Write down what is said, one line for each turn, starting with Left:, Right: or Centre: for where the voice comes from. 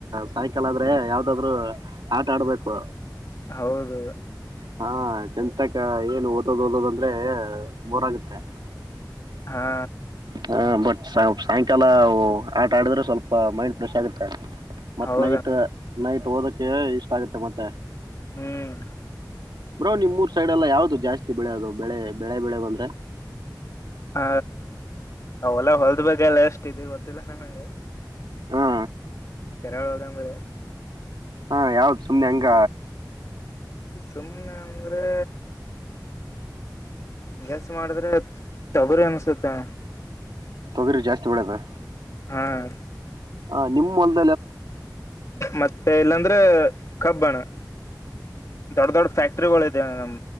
Right: ಸಾಯಕಲ್ ಆದ್ರೆ ಯಾವ್ದಾದ್ರು ಆಟ ಆಡ್ಬೇಕು
Left: ಹೌದು
Right: ಹಾ ಚಂತಕ ಏನು ಓದೋದ್ ಓದೋದ ಅಂದ್ರೆ ಬರೋತ್ತ
Left: ಹಾ
Right: ಹ ಬಟ್ ಸಾಯಂಕಾಲ ಆಟ ಆಡಿದ್ರೆ ಸ್ವಲ್ಪ ಮೈಂಡ್ ಫ್ರೆಶ್ ಆಗುತ್ತೆ ಮತ್ತ್
Left: ಹೌದಣ್ಣ
Right: ನೈಟ್ ನೈಟ್ ಓದಕ್ಕೆ ಇಷ್ಟ ಆಗತ್ತೆ ಮತ್ತೆ
Left: ಹ್ಮ್
Right: ಬ್ರೋ ನಿಮ್ ಉರ್ ಸೈಡ್ ಎಲ್ಲಾ ಯಾವವು್ದದು ಜಾಸ್ತಿ ಬೆಳೆಯದು ಬೆಳೆ ಬೆಳೆ ಬೆಳೆಯದು ಅಂದ್ರೆ
Left: ಹ ಅವಲ್ಲ ಹೊಲ್ದ ಬಾಗಲ್ಲ ಎಷ್ಟ ಇದ ಗೊತ್ತಿಲ್ಲ ನ ಹಂಗೆ
Right: ಹಾ
Left: ಕೆರೆ ಒಳ ಅಂಬೇಡಿ
Right: ಹಾ ಯಾವ್ದ ಸುಮ್ನೆ ಹಂಗ
Left: ಸುಮ್ಮ್ನೆ ಅಂದ್ರೆ ಗೆಸ್ ಮಾಡಿದ್ರೆ ತೊಗರಿ ಅನ್ಸತ್ತ ಅಣ್ಣಾ
Right: ತೊಗರಿ ಜಾಸ್ತಿ ಬೆಲ್ಯದ
Left: ಹ್ಮ್
Right: ಹಾ ನಿಮ್ಮೊಂದು
Left: ಮತ್ತೆ ಇಲ್ಲಾಂದ್ರೆ ಕಬ್ಬಣ್ಣ ದೊಡ್ ದೊಡ್ಡ ಫ್ಯಾಕ್ಟ್ರಿಗಳು ಇದ ನಮ್